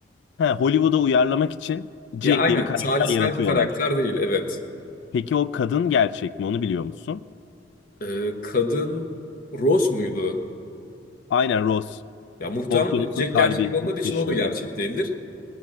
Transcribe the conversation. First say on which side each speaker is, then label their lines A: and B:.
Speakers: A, on the left; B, on the left.
A: He, Hollywood'a uyarlamak için Jack
B: Ya aynen
A: diye bir karakter
B: tarihsel
A: yaratıyorlar.
B: bir karakter değil evet.
A: Peki o kadın gerçek mi onu biliyor musun?
B: Ee, kadın Rose muydu?
A: Aynen Rose.
B: Ya muhtemelen
A: Okyanusun
B: Jack
A: kalbi
B: gerçek olmadığı için
A: taşıyordu.
B: o da gerçek değildir.